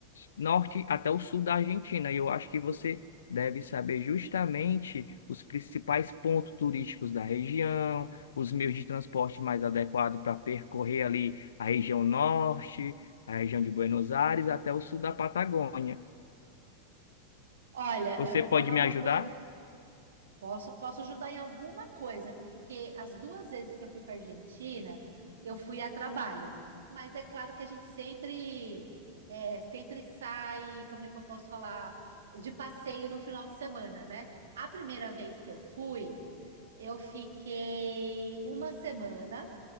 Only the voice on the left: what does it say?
norte até o sul da Argentina. E eu acho que você deve saber justamente os principais pontos turísticos da região os meios de transporte mais adequados para percorrer ali a região norte, a região de Buenos Aires, até o sul da Patagônia.
Você
pode
me
ajudar?